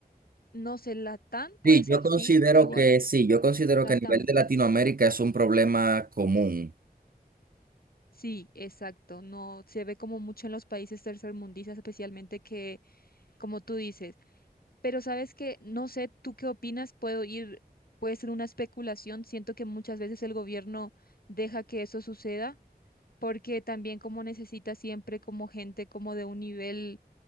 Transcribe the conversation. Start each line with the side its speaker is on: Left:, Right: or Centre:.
Left: no sé, Latam puede
Right: Sí,
Left: ser,
Right: yo considero
Left: sí, igual,
Right: que sí, yo considero
Left: Latam.
Right: que a nivel de Latinoamérica es un problema común.
Left: Sí, exacto. No se ve como mucho en los países tercermundistas, especialmente que, como tú dices. Pero sabes que, no sé, ¿tú qué opinas? Puedo ir, puede ser una especulación. Siento que muchas veces el gobierno deja que eso suceda, porque también como necesita siempre como gente como de un nivel